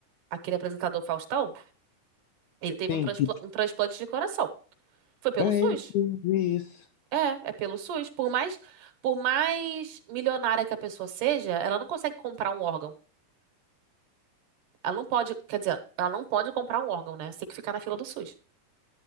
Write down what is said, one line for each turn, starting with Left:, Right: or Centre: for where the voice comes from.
Right: aquele apresentador Faustão, ele teve
Left: tem,
Right: um, transpla-
Left: tipo.
Right: um transplante de coração. Foi pelo
Left: é
Right: SUS?
Left: eu vi isso.
Right: É, é pelo SUS. Por mais, por mais milionária que a pessoa seja, ela não consegue comprar um órgão. Ela não pode, quer dizer, ela não pode comprar um órgão, né? Você tem que ficar na fila do SUS.